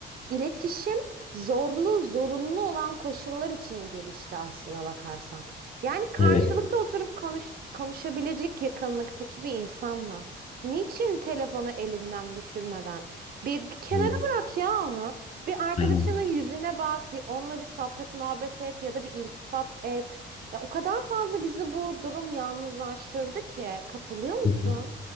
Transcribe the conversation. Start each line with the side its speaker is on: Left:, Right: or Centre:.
Right: İletişim zorlu, zorunlu olan koşullar için gelişti aslına bakarsan. Yani karşılıklı
Left: Evet.
Right: oturup konuş, konuşabilecek yakınlıktaki bir insan mı? Niçin telefonu elinden düşürmeden? Bir, bir kenara
Left: Evet.
Right: bırak ya onu. Bir arkadaşının
Left: Aynen.
Right: yüzüne bak, bir onunla bir sohbet muhabbet et ya da bir iltifat et. Ya o kadar fazla bizi bu durum yalnızlaştırdı ki. Katılıyor musun?
Left: Kesinlikle.